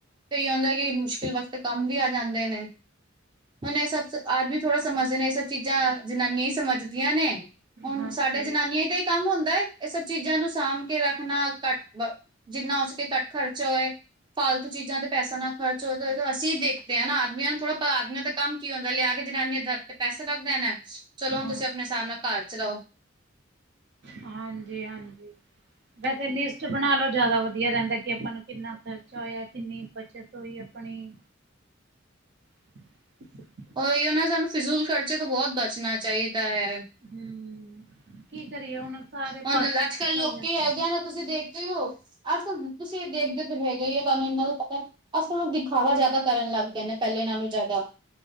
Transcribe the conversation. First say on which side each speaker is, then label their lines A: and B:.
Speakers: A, on the right; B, on the right.
A: ਤੇਈ ਹੁੰਦਾ ਕਿ ਮੁਸ਼ਕਿਲ ਵਕਤ ਕੰਮ ਵੀ ਆ ਜਾਂਦੇ ਨੇ। ਹੁਣ ਇਹ ਸਭ, ਆਦਮੀ ਥੋੜ੍ਹਾ ਸਮਝਦੇ ਨੇ, ਐਹ ਸਭ ਚੀਜ਼ਾਂ ਜਨਾਨੀਆਂ ਹੀ ਸਮਝਦੀਆਂ ਨੇ। ਹੁਣ
B: ਹਾਂਜੀ
A: ਸਾਡੇ ਜਨਾਨੀਆਂ ਦਾ ਕੰਮ ਹੀ ਹੁੰਦਾ, ਇਹ ਸਭ ਚੀਜ਼ਾਂ ਨੂੰ ਸਾਂਭ ਕੇ ਰੱਖਣਾ, ਘੱਟ ਵ ਜਿੰਨਾ ਹੋ ਸਕੇ ਘੱਟ ਖਰਚਾ ਹੋਏ, ਫਾਲਤੂ ਚੀਜ਼ਾਂ ਤੇ ਪੈਸਾ ਨਾ ਖਰਚ ਹੋਏ, ਅਸੀਂ ਦੇਖਦੇ ਆਂ ਨਾ ਆਦਮੀਆਂ ਨੂੰ ਥੋੜ੍ਹਾ ਪਤਾ ਆਦਮੀਆਂ ਦਾ ਕੰਮ ਕੀ ਹੁੰਦਾ ਲਿਆ ਕੇ ਜਨਾਨੀਆਂ ਦੇ ਹਥ ਤੇ ਪੈਸਾ ਰਖ ਦੇਣਾ, ਚਲੋ ਹੁਣ
B: ਹਾਂ
A: ਤੁਸੀਂ ਆਪਣੇ ਹਿਸਾਬ ਨਾਲ ਘਰ ਚਲਾਉ।
B: ਹਾਂਜੀ, ਹਾਂਜੀ। ਵੈਸੇ ਲਿਸਟ ਬਣਾ ਲਓ ਜ਼ਿਆਦਾ ਵਧੀਆ ਰੈਂਦਾ ਕਿ ਆਪਾਂ ਨੂੰ ਕਿੰਨਾ ਖਰਚਾ ਹੋਇਆ ਕਿੰਨੀ ਬੱਚਤ। ਕੋਈ ਆਪਣੀ <inaudible>
A: ਉਹੀਓ ਨਾ ਸਾਨੂੰ ਫਿਜ਼ੂਲ ਖਰਚੇ ਤੋਂ ਬਹੁਤ ਬਚਣਾ ਚਾਹੀਦਾ ਐ।
B: ਹਮ, ਕੀ ਕਰੀਏ ਹੁਣ। ਸਾਰੇ
A: ਹੁਣ
B: ਪਾਸੇ ਖਰਚਾ
A: ਅੱਜ- ਕੱਲ ਲੋਕੀ
B: ਹੋ ਜਾਂਦਾ
A: ਹੈਗੇ ਨੇ, ਤੁਸੀਂ ਦੇਖਦੇ ਓ। ਅੱਜ-ਕੱਲ ਤੁਸੀਂ ਦੇਖਦੇ ਓ ਤੇ ਹੈਗੇ ਹੀ ਆ ਤੁਹਾਨੂੰ ਇਹਨਾ ਤਾਂ ਪਤਾ। ਅੱਜ-ਕੱਲ ਦਿਖਾਵਾ ਜਿਆਦਾ ਕਰਨ ਲੱਗ ਗਏ ਨੇ, ਪਹਿਲੇ ਨਾਲੋਂ ਜ਼ਾਦਾ।